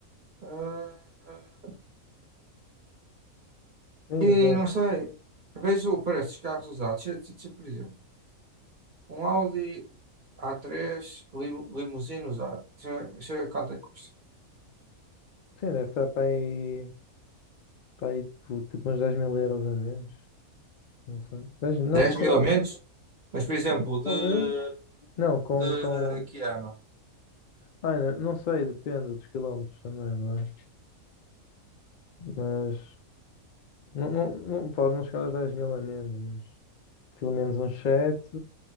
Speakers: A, on the right; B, on the left.
A: eh,
B: Sim,
A: e
B: exato.
A: não sei, vejo o preço dos carros usados. Se, se- se, por exemplo, um Audi a três lim, limusine usado, deixa deixa eu ver quanto é que custa?
B: Sim, deve estar para aí, para aí tipo, tipo uns 10 mil euros a menos. Não sei. 10, não,
A: dez
B: se
A: mil
B: calhar,
A: a menos, mas por exemplo, de,
B: talvez. Não, com,
A: de
B: com.
A: que ano?
B: Ai, não, não sei, depende dos quilómetros também, não é? Mas não, não, não- pode não chegar aos 10 mil a menos, mas pelo menos uns 7